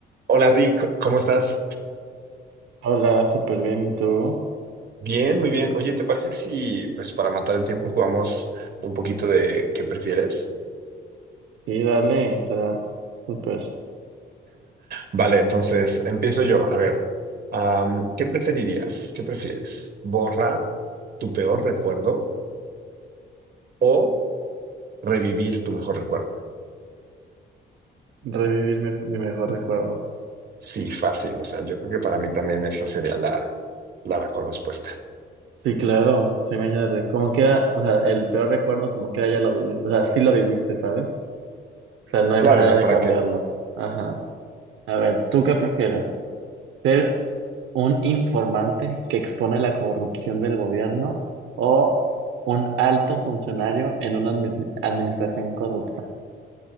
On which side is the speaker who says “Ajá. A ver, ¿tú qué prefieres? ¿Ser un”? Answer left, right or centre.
Right